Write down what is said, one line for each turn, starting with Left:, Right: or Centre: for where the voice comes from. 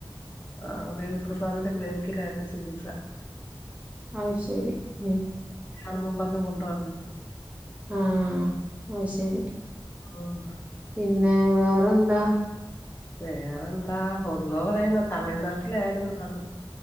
Left: ആ ദേവി പ്രസാദിന്റെ ക്ലിനിക്കിലായിരുന്നു ചികിത്സ
Right: അത്ശരി ഉം
Left: ആണെന്നും പറത്ത് കൊണ്ടു നടന്നു
Right: ആ അത് ശരി
Left: ഉം
Right: പിന്നെ വേറെ അത് എന്താ?
Left: വേറെന്താ ഒുന്നോവറേന <unintelligible> തമിഴ്നാട്ടിലായിരുന്നു ആള്